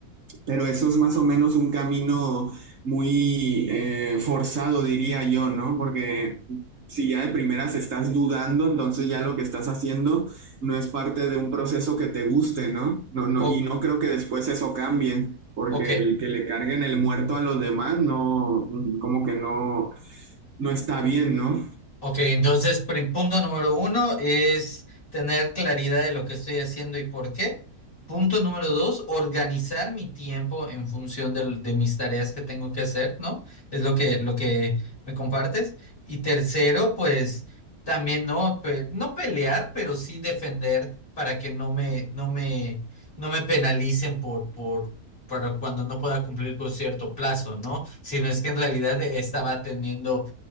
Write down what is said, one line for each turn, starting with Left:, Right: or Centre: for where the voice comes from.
Right: pero eso es más o menos un camino muy eh, forzado, diría yo, ¿no? Porque si ya de primeras estás dudando, entonces ya lo que estás haciendo no es parte de un proceso que te guste, ¿no? No, no,
Left: O,
Right: y no creo que después eso cambie, porque
Left: ok.
Right: el que le carguen el muerto a los demás, no, como que no, no está bien, ¿no?
Left: Ok, entonces, prim- punto número uno es tener claridad de lo que estoy haciendo y por qué. Punto número dos, organizar mi tiempo en función del- de, mis tareas que tengo que hacer, ¿no? Es lo que, lo que me compartes. Y tercero, pues también no, pe- no pelear, pero sí defender para que no me, no me, no me penalicen por, por, por cuando no pueda cumplir con cierto plazo, ¿no? Sino es que en realidad eh, estaba teniendo